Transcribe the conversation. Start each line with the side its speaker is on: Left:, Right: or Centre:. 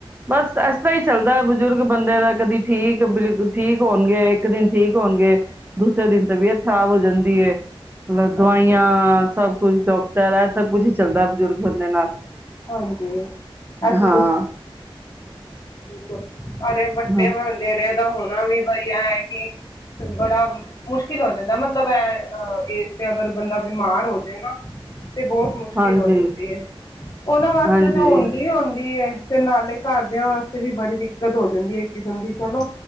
Right: ਬਸ ਇਸ ਤਰ ਹੀ ਚੱਲਦਾ ਬਜ਼ੁਰਗ ਬੰਦੇ ਦਾ ਕਦੀ ਠੀਕ ਬਿਲ ਠੀਕ ਹੋਣਗੇ ਇੱਕ ਦਿਨ ਠੀਕ ਹੋਣਗੇ ਦੂਸਰੇ ਦਿਨ ਤਬੀਅਤ ਖ਼ਰਾਬ ਹੋ ਜਾਂਦੀ ਮਤਲਬ ਦਵਾਈਆਂ
Left: ਹਾਂਜੀ।
Right: ਸਭ ਕੁਛ ਡਾਕਟਰ ਹੈ ਸਭ ਕੁਝ ਹੀ ਚੱਲਦਾ ਬਜ਼ੁਰਗ ਹੁੰਦੇ ਨਾਲ
Left: ਹਾਂਜੀ ਇਹ ਤੇ
Right: ਹਾਂ
Left: ਹ ਸਾਰੇ ਵੱਡੇ
Right: ਹਾਂ
Left: ਬਦੇ ਰਹੇ ਹੋਣਾ ਵੀ ਬਈਆ ਹੈ ਕਿ ਬੜਾ ਮੁਸ਼ਕਿਲ ਹੋ ਜਾਂਦਾ ਮਤਲਬ ਇਹ ਅ ਇਸ ਤੇ ਅਗਰ ਬੰਦਾ ਬਿਮਾਰ ਹੋ ਜਾਵੇ ਨਾ ਤੇ ਬਹੁਤ ਮੁਸ਼ਕਿਲ
Right: ਹਾਂਜੀ
Left: ਹੋ ਜਾਂਦੀ ਹੈ ਉਹਨਾਂ ਵਾਸਤੇ
Right: ਹਾਂਜੀ
Left: ਤੇ ਹੁੰਦੀ ਹੀ ਹੁੰਦੀ ਹੈ ਤੇ ਨਾਲੇ ਘਰਦਿਆਂ ਵਾਸਤੇ ਵੀ ਬੜੀ ਦਿੱਕਤ ਹੋ ਜਾਂਦੀ ਹੈ ਇੱਕ ਕਿਸਮ ਦੀ ਚਲੋ